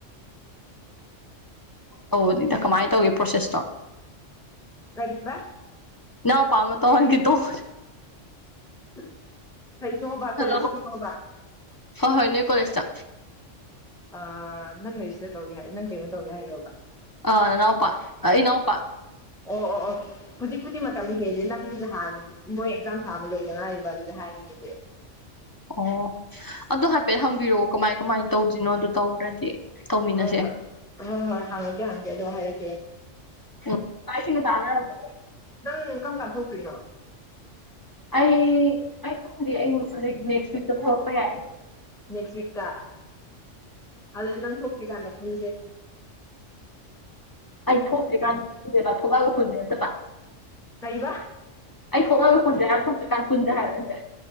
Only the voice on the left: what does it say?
ꯑꯣ ꯅꯤꯗ ꯀꯃꯥꯏꯅ ꯇꯧꯒꯦ ꯄ꯭ꯔꯣꯁꯦꯁꯇꯣ
ꯏꯅꯥꯎꯄꯥ ꯑꯃ ꯇꯧꯍꯟꯒꯦ ꯇꯧꯕꯅꯦ
ꯍꯜꯂꯣ ꯍꯣꯏ ꯍꯣꯏ ꯅꯣꯏ ꯀꯣꯂꯦꯖꯇ
ꯑ ꯅꯅꯥꯎꯄꯥ ꯑ ꯏꯅꯧꯎꯄꯥ
ꯑꯣ ꯑꯗꯨ ꯍꯥꯏꯐꯦꯠ ꯍꯪꯕꯤꯔꯛꯑꯣ ꯀꯃꯥꯏ ꯀꯃꯥꯏꯅ ꯇꯧꯗꯣꯏꯔꯤꯅꯣ ꯑꯗꯨ ꯇꯧꯔꯗꯤ ꯇꯧꯃꯤꯟꯅꯁꯦ
ꯑꯣ ꯆꯥꯛ ꯏꯁꯤꯡꯒꯥ ꯆꯥꯅꯔꯕꯣ
ꯑꯩ ꯑꯩ ꯈꯪꯗꯦ ꯑꯩ ꯍꯧꯖꯤꯛ ꯅꯦꯛꯁ ꯋꯤꯛꯇ ꯊꯣꯛꯂꯛꯄ ꯌꯥꯏ ꯑꯗꯣ
ꯑꯩ ꯊꯣꯛꯇ꯭ꯔꯤꯀꯥꯟꯗ ꯄꯨꯟꯁꯦꯕꯥ ꯊꯣꯛꯂꯛꯑꯒ ꯄꯨꯟꯁꯦ ꯅꯠꯇꯕ
ꯑꯩ ꯊꯣꯛꯂꯒ ꯄꯨꯟꯁꯦ ꯍꯥꯏꯔ ꯊꯣꯛꯇ꯭ꯔꯤꯀꯥꯟ ꯄꯨꯟꯁꯦ ꯍꯥꯏꯔ ꯅꯪꯁꯦ